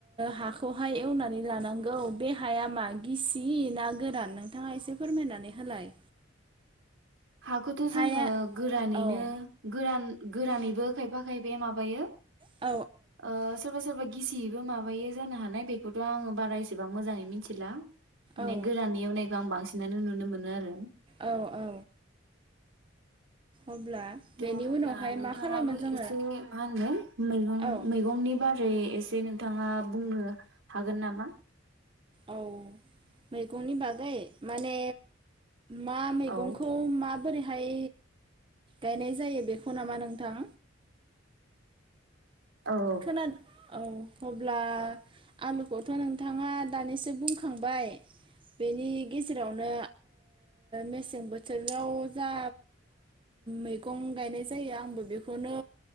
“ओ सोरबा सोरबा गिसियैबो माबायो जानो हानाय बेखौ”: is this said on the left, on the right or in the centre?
Right